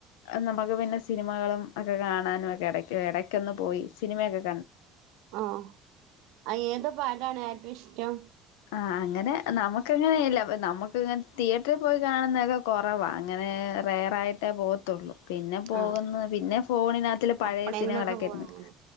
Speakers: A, on the left; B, on the right.
A: നമുക്ക് പിന്നെ സിനിമകളും ഒക്കെ കാണാനും ഒക്കെ ഇടക്ക് ഇട ന്ന് പോയി സിനിമയക്കെ
B: ആ അ ഏതൊ പാട്ടാണ് ഏറ്റവും ഇഷ്ടം
A: ആ അങ്ങനെ നമുക്കങ്ങനെല്ല നമുക്കിങ്ങനെ തിയേറ്ററിൽ പോയി കാണുന്നതൊക്കെ കുറവാ അങ്ങനെ റെയറായിട്ടേ പോകത്തുള്ളൂ പിന്നെ പോകുന്ന
B: ആഹ്
A: പിന്നെ ഫോണിനകത്തില് പഴയ
B: എപ്പളെങ്കിലൊക്കെ
A: സിനിമകളൊക്കെയിരുന്നു
B: പോവാ അങ്ങനെ